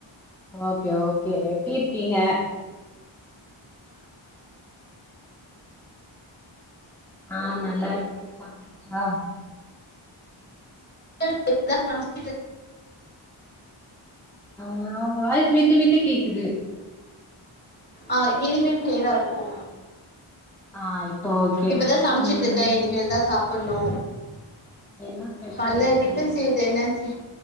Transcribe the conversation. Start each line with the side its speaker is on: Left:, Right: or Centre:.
Centre: ஓகே ஓகே எப்டீ இர்க்கீங்க ஆ நல்லார்க்கே சாப்ட்டாச்சா
Left: <inaudible>
Centre: ஆ ஒங்க வாய்ஸ் விட்டு விட்டு கேக்குது
Left: ஆ இனிமே க்ளியரா இருக்கு
Centre: ஆ இப்போ ஓகே
Left: இப்பதா சமச்சிட்ருக்க
Centre: ம்
Left: இனிமேல் தா சாப் பன்னு
Centre: என்ன ஸ்பெஷல்
Left: கால்ல
Centre: இன்னைக்கி
Left: டிஃபன் செய்றது என்ன செ